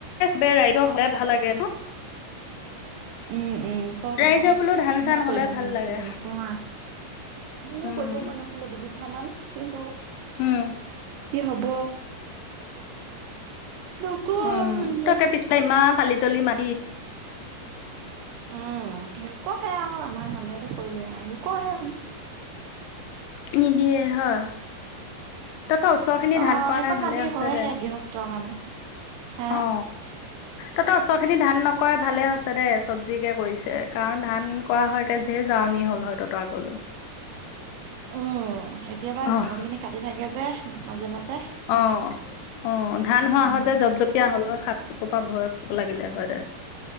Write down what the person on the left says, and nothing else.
বে ৰাইজ সাই ভাল লাগে ন <inaudible>
ৰাইজৰ
বোলো ধান
চান হলে
ভাল
লাগে।
উম।
উম
উম
তাকে পিছফ ইমান কালি তলি মা
নিদিয়ে হয়। তহঁতৰ ওচৰ খিনি
ধান কৰা
নাই ভালে
হৈছে
দে।
অ'। তহঁতৰ ওচৰখিনি ধান নকৰে ভালে হৈছে দে, চব্জিকে কৰিছে, কাৰণ ধান কৰা হয়‌, একে ধেৰ জাৱনি হ'ল হয়, তহঁতৰ আগলৈ।
অ',
অ', অ', ধান হোৱা
হয়, যে, জপজপীয়া হ'ল হয়, <unintelligible> এসোপা ভয় লাগিলে হয়, দে